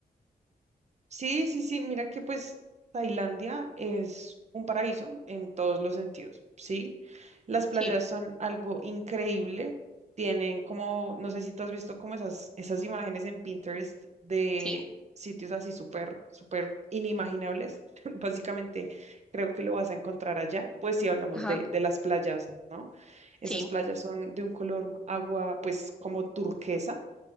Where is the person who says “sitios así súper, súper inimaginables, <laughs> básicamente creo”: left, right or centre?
Right